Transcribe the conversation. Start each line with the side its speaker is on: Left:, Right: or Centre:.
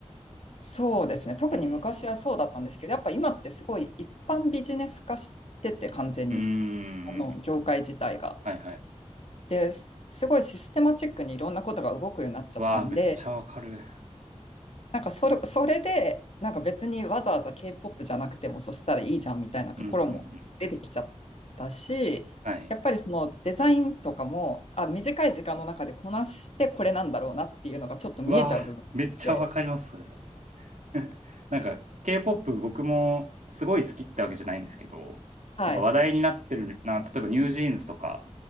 Left: そうですね。特に昔はそうだったんですけど、
Right: うん。
Left: やっぱ今ってすごい一般ビジネス化してて、完全に。
Right: うーん。
Left: あの、業界自体が。
Right: はいはい。
Left: で、すすごいシステマチックにいろんなことが動くようになっちゃったんで、
Right: うわあ、めっちゃわかる。
Left: なんかそれ、それで、なんか別にわざわざ K-POP じゃなくてもそしたらいいじゃんみたいなところも出てきちゃったし、
Right: <laughs> うんうんうん。はい。
Left: やっぱりそのデザインとかも、あ、短い時間の中でこなしてこれなんだろうなっていうのがちょっと見えちゃう部分で、
Right: うわあ、めっちゃわかります、それ。<laughs> なんか K-POP 僕もすごい好きってわけじゃないんですけど、
Left: はい、
Right: なんか話題になってるな、例えばニュージーンズとか